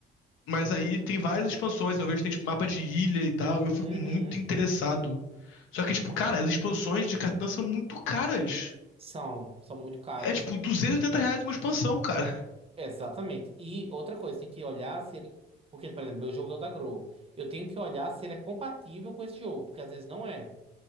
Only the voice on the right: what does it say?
Uhum.
São, são muito caras.
Exatamente. E outra coisa, tem que olhar se ele. Porque, por exemplo, meu jogo é o da Grow. Eu tenho que olhar se ele é compatível com esse jogo, porque às vezes não é,